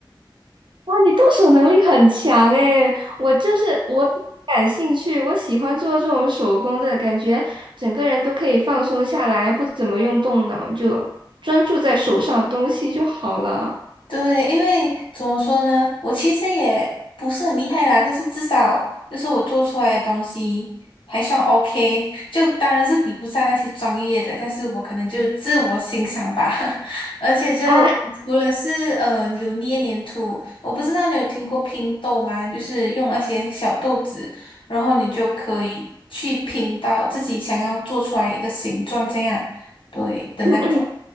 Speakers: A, on the right; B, on the left.
A: 哇，你动手能力很强诶，我就是我感兴趣，我喜欢做这种手工的感觉，整个人都可以放松下来，不怎么用动脑，就专注在手上的东西就好了。
B: 对，因为怎么说呢，我其实也不是很厉害啦，但是至少就是我做出来的东西还算 OK，就当然是比不上那些专业的，但是我可能就自我欣赏吧。<laughs> 而且就除了是呃有捏黏土，
A: 啊，
B: 我不知道你有听过拼豆吗？就是用那些小豆子，然后你就可以去拼到自己想要做出来一个形状这样，对的那种。
A: <laughs> 嗯嗯，